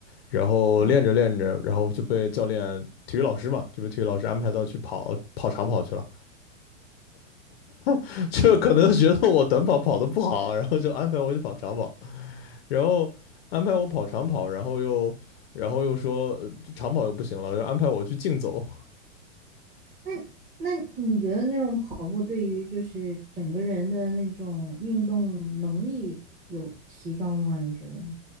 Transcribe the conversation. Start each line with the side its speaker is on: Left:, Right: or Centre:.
Left: 然后练着练着，
Right: 啊。
Left: 然后就被教练、体育老师嘛，就被体育老师安排到去跑跑长跑去了。<laughs> 就可能觉得我短跑跑得不好，然后就安排我去跑长跑，然后安排我跑长跑，然后又然后又说呃长跑又不行了，就安排我去竞走。
Right: 那那你觉得那种跑步对于就是整个人的那种运动能力有提高吗？你觉得？